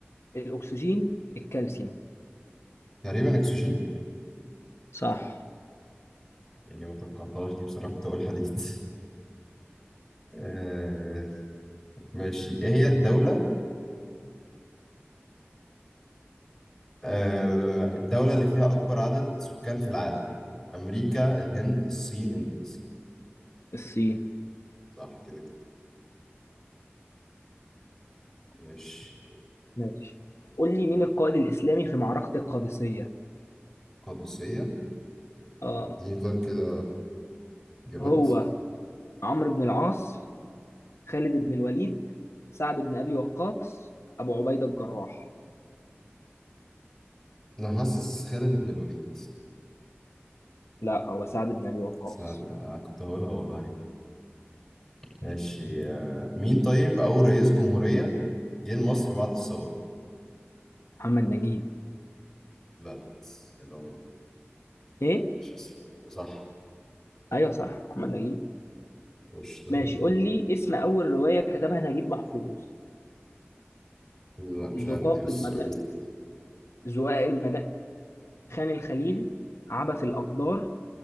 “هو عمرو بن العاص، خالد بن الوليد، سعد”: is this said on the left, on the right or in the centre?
Left